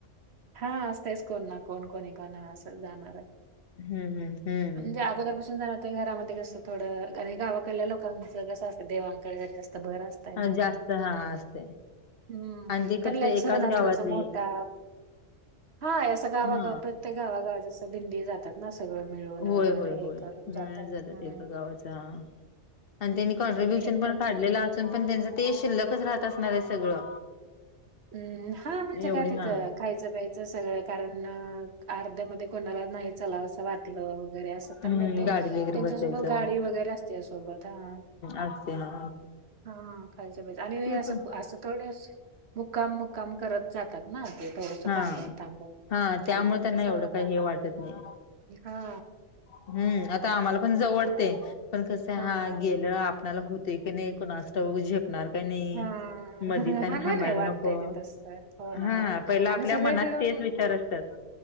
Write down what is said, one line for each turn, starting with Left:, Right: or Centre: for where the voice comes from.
Right: हा असतेच कोण ना कोण कोणी कोणा असं जाणार आहे.
Left: हम्म हम्म. हम्म.
Right: म्हणजे अगोदरपसून जा तर घरामध्ये कस थोडं आणि गावाकलेल्या लोकांचं कसं असतं देवां कळे जास्त भर असतंय ना?
Left: हा जास्त हा असते
Right: हम्म
Left: आणि ते कसं
Right: त्यांना
Left: एकाच
Right: एक सण असला
Left: गावातली
Right: असं मोठा हाय असं गावागाव
Left: हा.
Right: प्रत्ये ते गावागावाच्या असतात दिंडी जातात ना सगळं. मिळून वगैरे
Left: होय होय
Right: हे
Left: होय
Right: करून
Left: मिळूनच जातात
Right: हम्म
Left: एका गावाच्या आणि त्यांनी
Right: हम्म
Left: कॉन्ट्रीब्युशन
Right: आणि एखाद्या
Left: पण काढलेलं असून पण त्यांचं ते शिल्लकच राहत असणार आहे सगळं.
Right: हम्म हा म्हणजे
Left: एवढी
Right: काय तिथं
Left: हा
Right: खायचं प्यायचं सगळं कारण अर्ध्यामध्ये कोणाला नाही चलावं असं वाटलं वगैरे असं तर
Left: हम्म
Right: मग ते
Left: गाडी वगैरे
Right: त्यांच्यासोबत
Left: बसायचं
Right: गाडी वगैरे असतीया सोबत हा
Left: असती हा
Right: हा खायचं प्यायचं आणि
Left: ते
Right: असं
Left: पण
Right: असं थोडंस मुक्काम मुक्काम करत जातात ना ते थोडस
Left: हा
Right: थांबत थांबत
Left: हा
Right: त्यामुळे म्हणजे
Left: त्यांना
Right: एवढं
Left: काही
Right: काय
Left: हे
Right: नाय
Left: वाटत नाही.
Right: हा
Left: हम्म आता आम्हाला पण जाऊ वाटते पण कसं
Right: हां,
Left: हा
Right: हां.
Left: गे आपण्याला होते की नाही कोणास ठाऊक झेपणार का नाही
Right: हां,
Left: मधीच अन
Right: नाही,
Left: थांबायला
Right: नाही वाटतंय
Left: नको
Right: ते तसं. हो ना.
Left: हा पहिला
Right: आणि
Left: आपल्या
Right: सगळे
Left: मनात
Right: मिळून
Left: तेच विचार असतात.